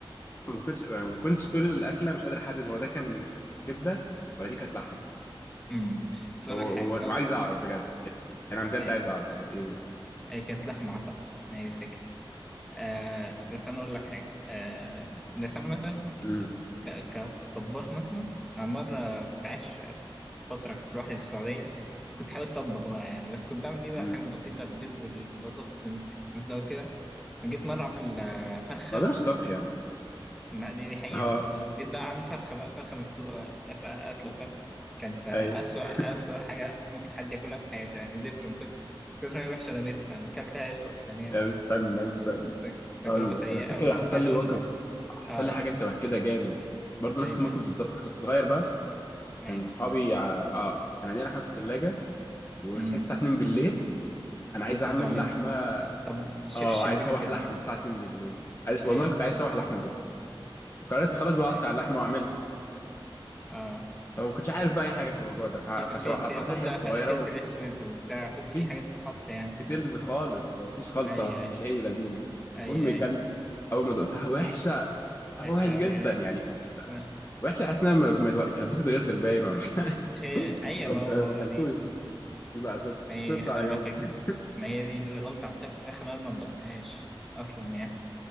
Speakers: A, on the left; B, in the centre.
A: وما كنتش ما كنتش طول الاكله مش قادر احدد هو ده كان كبده ولا دي كانت لحمه
B: امم بس أقول
A: هو
B: لك حاجة
A: هو-
B: بس أنا
A: وعايز اعرف بجد يعني انا بجد
B: أيوه
A: عايز اعرف هي كانت ايه بالظبط
B: آه، كانت لحمة أعتقد ما هي الفكرة آه بس أنا أقول لك حاجة آه بس أنا مثلا
A: امم
B: ك- كطباخ مثلا أنا مرة كنت عايش فترة في- لوحدي في السعودية فكنت حاولت أطبخ بقى يعني بس كنت بعمل إيه بقى
A: امم
B: الحاجات البسيطة البيض والبطاطس المسلوقة وكده جيت مرة أعمل آه، فرخة
A: ما ده مش طبخ يا عم
B: ما دي دي حقيقة
A: اه
B: جيت بقى أعمل فرخة بقى فرخة مسلوقة أف- أسلق فرخة كانت آه،
A: اي
B: أسوأ
A: <laughs>
B: أسوأ حاجة ممكن حد ياكلها في حياته يعني زفر من كتر كتر ما هي وحشة رميتها ما أكلتهاش أصلا يعني
A: لا استنى استنى
B: تج- تجربة
A: اقول
B: سيئة
A: لك انا فاكر
B: أوي
A: حصل
B: أنا
A: لي
B: أقول
A: موقف
B: لك
A: حصل
B: آه
A: لي حاجه شبه كده جامد برضه
B: إزاي
A: نفس
B: بقى
A: الموقف بالظبط بس كنت صغير بقى
B: أي
A: كان صحابي ع- اه كان عندي لحمه في الثلاجه وصحيت
B: أمم
A: الساعه 2 بالليل انا عايز
B: قلت
A: اعمل
B: تعملها
A: لحمه
B: طب الشيف
A: اه
B: الشربيني
A: عايز اشوح
B: طلع
A: لحمه الساعه 2 بالليل عايز والله
B: أيوه
A: كنت
B: صح
A: عايز اشوح لحمه بجد فقررت خلاص بقى
B: أي
A: اقطع اللحمه واعملها
B: آه
A: فما كنتش عارف بقى اي حاجه في الموضوع ده فقطعتها
B: فيش في في فود
A: حتت
B: بقى
A: صغيره
B: ف- فلفل أسود وبتاع فود
A: ومفيش
B: فيه حاجات بتتحط يعني
A: ديتيلز خالص مفيش خلطة
B: أيوه أيوه
A: مفيش أي لذينة
B: أيوه
A: المهم
B: أيوه
A: كلت أول ما دقتها وحشة كانت طعمها
B: وحشة
A: وحش جدا
B: أوي أيوه
A: يعني
B: آه.
A: وحشة حاسس إنها م- م- كان المفروض تتغسل باين ولا مش عارف.
B: شيء- أيوه
A: قمت
B: ما هو
A: ما
B: هو
A: أكلتوش
B: دي
A: بقى سبت
B: ما هي
A: سبته
B: دي خلي
A: على جنب
B: بالك ما هي دي الغلطة عملتها في الفراخ اللي أنا ما نضفتهاش أصلا يعني